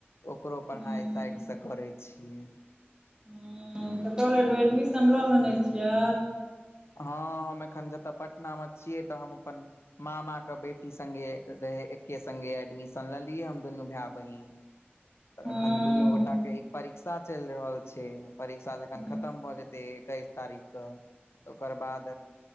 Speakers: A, on the left (about 85°); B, on the right (about 20°).
A: ओकरो पढ़ाइ
B: हूँ
A: साइडसँ करैत छियै
B: हूंम्म तऽ कॉलेज मे एडमिशन लऽ लेने छियै
A: हँ हम एखन जतय पटना मे छियै तऽ हम अपन मामा के बेटी संगे रहे एके संगे एडमिशन लेलियै हम दुनू भाय बहिन तऽ
B: हँ
A: अखन दुनू गोटा के एक परीक्षा चैल रहल छै परीक्षा जखन
B: हँ
A: खतम भऽ जेतै एकैस तारीखके ओकर बाद